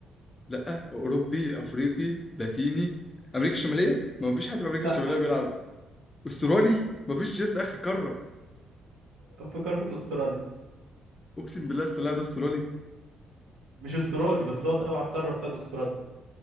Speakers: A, on the left; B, on the right.
A: لأ أوروبي أفريقي لاتيني أمريكا الشمالية ما مفيش حد في أمريكا
B: لا
A: الشمالية بيلعب أسترالي مفيش لسه آخر قارة
B: في قارة استراليا
A: أقسم بالله السلام ده أسترالي
B: مش استرالي بس هو تبع القارة بتاعت استراليا